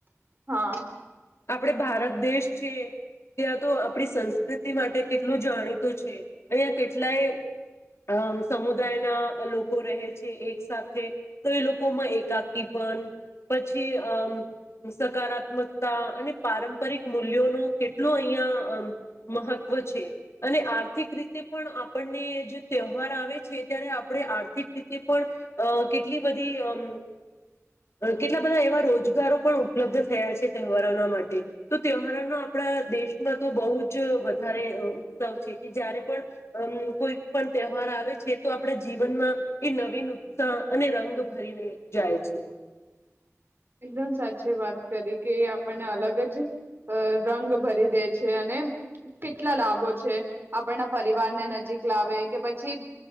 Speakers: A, on the right (about 45°); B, on the left (about 55°).
A: હા.
B: આપણે ભારત દેશ છે ત્યાં તો આપણી સંસ્કૃતિ માટે કેટલું જાણીતો છે. અહીયાં કેટલાય અમ સમુદાયના લોકો રહે છે એક સાથે, તો એ લોકોમાં એકાંકી પણ, પછી અમ સકારાત્મક તા અને પારંપરિક મૂલ્યોનું કેટલું અહીયાં અહ મહત્વ છે, અને આર્થિક રીતે પણ આપણને જે તહેવાર આવે છે ત્યારે આપણે આર્થિક રીતે પણ અહ કેટલી બધી અમ અહ કેટલા બધા એવા રોજગારો પણ ઉપલબ્ધ થયા છે. કે તહેવારોના માટે. તો તહેવારોનો આપણા દેશમાં તો બહુ જ વધારે ઉત્સવ છે, કે જયારે પણ અમ કોઈ પણ તહેવાર આવે છે, તો આપણે જીવનમાં એ નવીન ઉત્સાહ અને રંગ ભરીને જાય છે.
A: એકદમ સાચી વાત કરી કે આપણને અલગ જ રંગ અહ ભરી દે છે, અને કેટલા લાભો છે. આપણના પરિવારને નજીક લાવે કે પછી